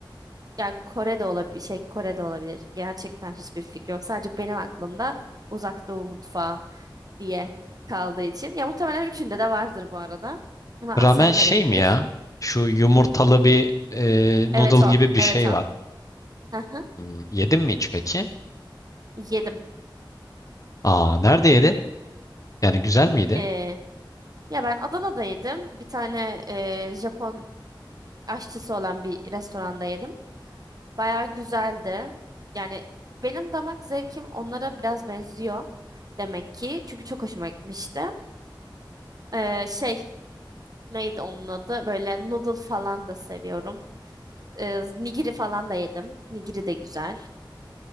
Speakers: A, on the right (about 50°); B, on the left (about 40°).
A: Yani Kore'de olabilir. Şey Kore'de olabilir. Gerçekten hiçbir fikrim yok. Sadece benim aklımda Uzak Doğu mutfağı diye kaldığı için. Ya muhtemelen üçünde de vardır bu arada. Ama aslen
B: ramen şey
A: nerenindir?
B: mi ya? Şu yumurtalı bir e,
A: Evet
B: noodle
A: o.
B: gibi bir
A: Evet
B: şey
A: o.
B: var.
A: Hı hı.
B: Hmm, yedin mi hiç peki?
A: Yedim.
B: Aa, nerede yedin? Yani güzel miydi?
A: Ee, ya ben Adana'da yedim. Bir tane e, Japon aşçısı olan bir restoranda yedim. Bayağı güzeldi. Yani benim damak zevkim onlara biraz benziyor demek ki. Çünkü çok hoşuma gitmişti. Ee, şey neydi onun adı? Böyle noodle falan da seviyorum. Ee, nigiri falan da yedim. Nigiri de güzel.